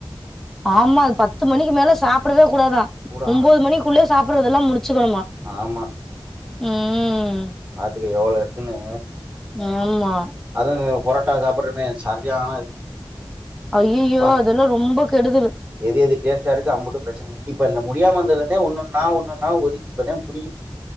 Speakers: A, in the centre; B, on the right (about 15°).
A: ஆமா அது பத்து மணிக்கு மேல சாப்படவே கூடாதா.
B: கூட ஆகலாம்
A: ஒம்போது மணிக்குள்ளயே சாப்படறதெல்லா முடிச்சுக்கணுமா.
B: ஆமா
A: ம்
B: பாத்துக்க எவ்ளோ இருக்குன்னு
A: ஆமா
B: அதுவு புரட்டா சாப்படறமே சரியான
A: ஐயயோ
B: பா
A: அதெல்லா ரொம்ப கெடுதல்
B: எது எது டேஸ்ட்டா இருக்கோ அம்புட்டு பிரச்சன இப்ப இந்த முடியாம இருந்ததுன்னே ஒன்னொன்னா ஒன்னொன்னா ஒதுக்கி இப்பதா புரியு